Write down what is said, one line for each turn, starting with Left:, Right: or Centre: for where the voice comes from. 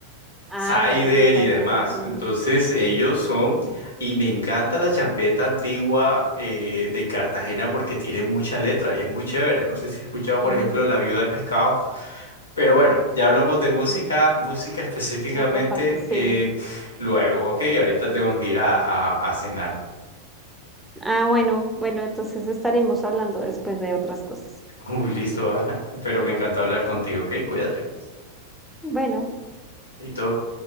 Centre: Ah,
Left: Cider
Centre: vea, no sabía.
Left: y demás.
Centre: Mm,
Left: Entonces ellos son, y me encanta la champeta antigua eh, de Cartagena porque tiene mucha letra y es muy chévere. No sé si has escuchado, por
Centre: mm,
Left: ejemplo, La Viuda del Pescado. Pero bueno, ya hablamos de música,
Centre: no,
Left: música específicamente
Centre: en otra parte, sí.
Left: eh, luego, ¿ok? Ahorita tengo que ir a, a, a cenar.
Centre: Ah, bueno, bueno, entonces estaremos hablando después de otras cosas.
Left: <laughs> Uy, listo, Ana. Pero me encantó hablar contigo, ¿ok? Cuídate.
Centre: Bueno.
Left: Y todo.